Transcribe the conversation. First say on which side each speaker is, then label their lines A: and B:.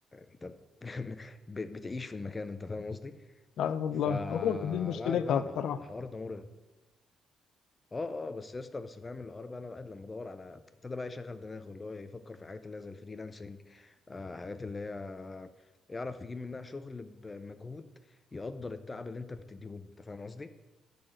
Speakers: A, on the left (about 25°); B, on the left (about 75°).
A: انت <laughs> ب- بتعيش في المكان انت فاهم قصدي
B: لا والله
A: فلا
B: هو دي مشكلتها
A: لا لا
B: بصراحه
A: لا، الحوار ده مرعب اه اه بس يا اسطى بس فاهم الحوار بقى انا بقى لما ادور على ابتدى بقى يشغل دماغه اللي هو يفكر في حاجات اللي هي زي الفريلانسنج آه حاجات اللي هي يعرف يجيب منها شغل بمجهود يقدر التعب اللي انت بتديهوله انت فاهم قصدي